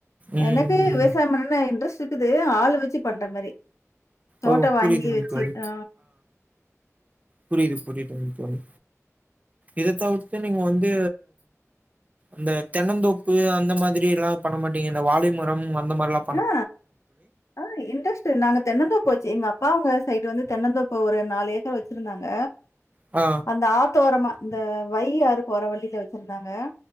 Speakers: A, on the right; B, on the left.
A: ம்
B: எனக்கு
A: ம்
B: விவசாயம் பண்ணனும்னு இன்ட்ரஸ்ட் இருக்குது ஆளு வச்சு பண்ற மாரி தோட்டம்
A: ஓ புரியுதுங்
B: வாங்கி வச்சி
A: தோழி
B: ஆ
A: புரியுது புரியுதுங்க தோழி இத தவிர்த்து நீங்க வந்து இந்த தென்னந்தோப்பு அந்த மாதிரில்லா பண்ணமாட்டீங்க இந்த வாழைமரம் அந்த மாரில்லா
B: ஆ ஆ இன்ட்ரெஸ்ட் நாங்க தென்னந்தோப்பு ச்சு எங்க அப்பா அவுங்க சைடு வந்து தென்னந்தோப்பு ஒரு நாலு ஏக்கர் வச்சிருந்தாங்க
A: ஆ
B: அந்த ஆத்தோரமா இந்த வையாறு போற வழியில வச்சிருந்தாங்க